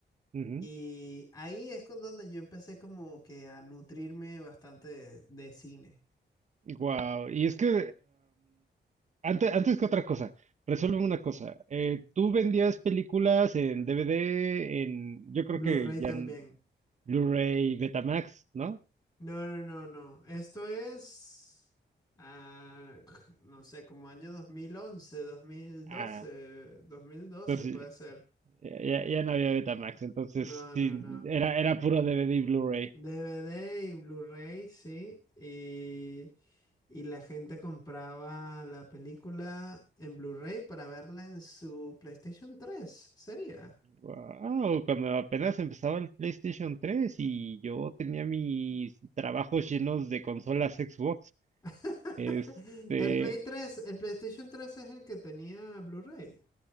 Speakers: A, on the right; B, on the left.
A: ujú,
B: Y ahí es con donde yo empecé como que a nutrirme bastante de de cine.
A: wow. Y es que antes, antes que otra cosa, resuelve una cosa. eh, tú vendías películas en DVD, en yo creo
B: Blu-ray
A: que ya
B: también.
A: en Blu-ray, Betamax, ¿no?
B: No, no, no, no. Esto es, ah, <clears throat> no sé, como año dos dos mil mil once, dos mil
A: Ah,
B: doce, dos mil doce
A: entonces
B: puede ser.
A: ya, ya- ya no había Betamax, entonces
B: No,
A: sí,
B: no, no.
A: era, era puro DVD y Blu-ray.
B: DVD y Blu-ray, sí. Y, y la gente compraba la película en Blu-ray para verla en su PlayStation tres. sería.
A: Wow, cuando apenas empezaba el PlayStation 3 y yo tenía mis trabajos llenos de consolas Xbox,
B: <laughs>
A: este,
B: El Play tres, el PlayStation tres es el que tenía Blu-ray.